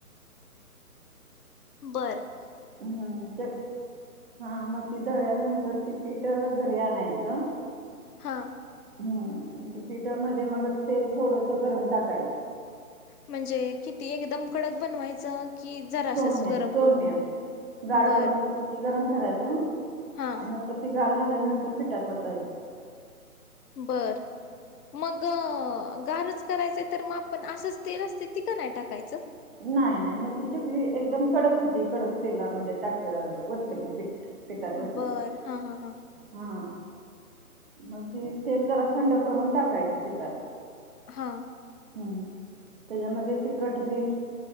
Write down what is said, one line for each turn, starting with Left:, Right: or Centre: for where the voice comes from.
Left: बरं.
Right: हम्म चक, हा मग ती दळल्यानंतर ती पीठ घरी आणायचं.
Left: हा.
Right: हम्म त पिठामध्ये मग तेल थोडस गरम टाकायचं.
Left: म्हणजे किती एकदम कडक बनवायचं कि जरास
Right: सौम्य
Left: गरम
Right: सौम्य
Left: करून?
Right: गार
Left: बर
Right: करून म्हणजे गरम करायचं
Left: हा
Right: आणि नंतर तिगार झाल्यानंतर पिठात वतायच.
Left: बर, मग गारच करायचं तर मग आपण असंच तेल असते ती का नाही टाकायच?
Right: नाही नाही मग ती चकली एकदम कडक होती कडक तेलामध्ये टाक होतलं की पीठ. पटात होतलय.
Left: बर हा हा हा
Right: हा, मग ती तेल जरा थंड करून टाकायच पिठात.
Left: हा
Right: हम्म, त्याच्यामध्ये तिखट मिठ